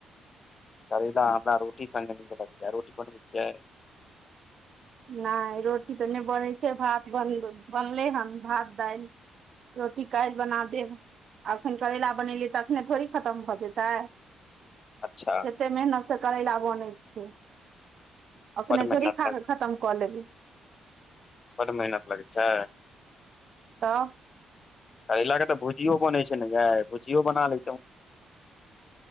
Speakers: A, on the left; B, on the right.
A: करेला हमरा रोटी संगे नीक लगयै रोटी बनबै छियै
B: नहि रोटी तऽ नहि बनै छै भात बन बनलै हन भात दालि रोटी काल्हि बना देब अखन करैला बनेलियै तऽ अखने थोड़ी खत्म भऽ जेतै
A: अच्छा
B: कतेक मेहनतसँ करैला बनै छै अपने
A: बड मेहनत
B: थोड़ी खा
A: लगै
B: क खत्म कऽ लेबी
A: बड मेहनत लगै छै
B: तऽ
A: करैला के तऽ भुजियो बनै छै ने य भुजियो बना लेैतहुँ